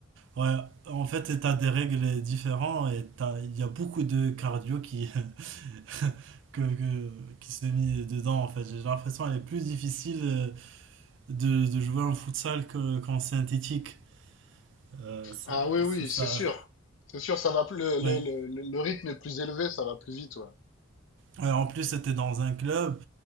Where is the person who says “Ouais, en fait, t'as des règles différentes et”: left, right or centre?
Right